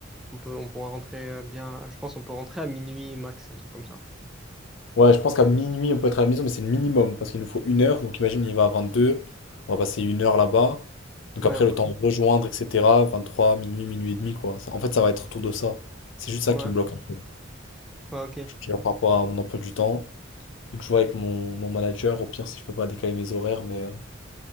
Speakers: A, in the centre; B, on the left.
A: On peut, on pourra rentrer euh, bien, je pense, on peut rentrer à minuit max, un truc comme ça.
B: Ouais, je pense qu'à minuit, on peut être à la maison, mais c'est le minimum parce qu'il nous faut une heure. Donc imagine, on y va à 22. On va passer une heure là-bas. Donc
A: Ouais,
B: après,
A: après.
B: le temps de rejoindre, etc. 23, minuit, minuit et demi, quoi. Ça- En fait, ça va être autour de ça. C'est juste ça
A: Ouais,
B: qui me bloque un peu.
A: ouais, ok.
B: Je regarde par rapport à mon emploi du temps. et que je vois avec mon, mon manager, au pire, si je peux pas décaler mes horaires, mais, euh,